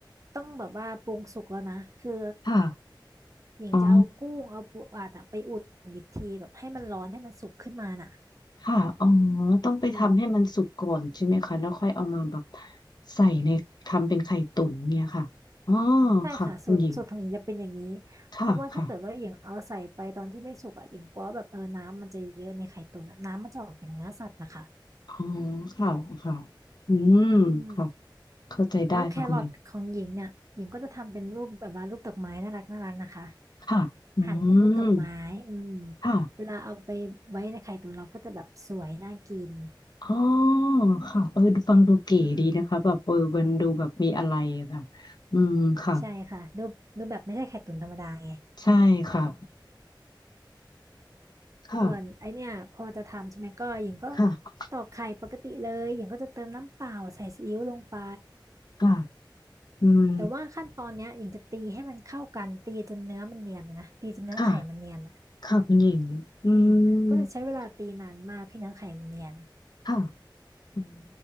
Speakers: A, on the right; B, on the left.
A: ต้องแบบว่าปรุงสุกแล้วนะคือ
B: ค่ะ
A: หญิงจะเอากุ้งเอาปูอัดอะไปอุ่นอีกทีแบบให้มันร้อนให้มันสุกขึ้นมาน่ะ
B: อ๋อค่ะอ๋อต้องไปทำให้มันสุกก่อนใช่ไหมคะแล้วค่อยเอามาแบบ
A: อืม
B: ใส่ในทำเป็นไข่ตุ๋นเนี่ยค่ะอ๋อ
A: ใช่ค่ะสูตรสูตรของหญิงจะเป็นอย่างนี้
B: ค่ะคุณหญิงค่ะค่ะ
A: เพราะว่าถ้าเกิดว่าหญิงเอาใส่ไปตอนที่ไม่สุกอ่ะหญิงกลัวแบบเออน้ำมันจะเยอะในไข่ตุ๋นอะน้ำมันจะออกจากเนื้อสัตว์นะคะ
B: อ๋อค่ะค่ะอืมค่ะ
A: อืมอืม
B: เข้าใจได้ค่ะคุณหญิง
A: แล้วแครอทของหญิงเนี่ยหญิงก็จะทำเป็นรูปแบบว่ารูปดอกไม้น่ารักน่ารักนะคะ
B: ค่ะอื
A: หั่นเป็นรูปดอกไม้อืม
B: มค่ะ
A: เวลาเอาไปไว้ในไข่ตุ๋นเราก็จะแบบสวยน่ากิน
B: อ๋อค่ะเออดูฟังดูเก๋ดีนะคะแบบเออมันดูแบบมีอะไรอะค่ะ
A: อืม
B: อืมค่ะ
A: ใช่ค่ะรูปรูปแบบไม่ใช่ไข่ตุ๋นธรรมดาไง
B: ใช่ค่ะค่ะ
A: ส่วนไอเนี่ยพอจะทำใช่ไหมก็หญิงก็
B: ค่ะ
A: ตอกไข่ปกติเลยหญิงก็จะเติมน้ำเปล่าใส่ซีอิ๊วลงไป
B: ค่ะอืม
A: แต่ว่าขั้นตอนเนี้ยหญิงจะตีให้มันเข้ากันตีจนเนื้อมันเนียนเลยนะตีจนเนื้อไข่มันเนียนอ่ะ
B: ค่ะค่ะคุณหญิงอืม
A: อืมก็จะใช้เวลาตีนานมากให้เนื้อไข่มันเนียน
B: ค่ะอืม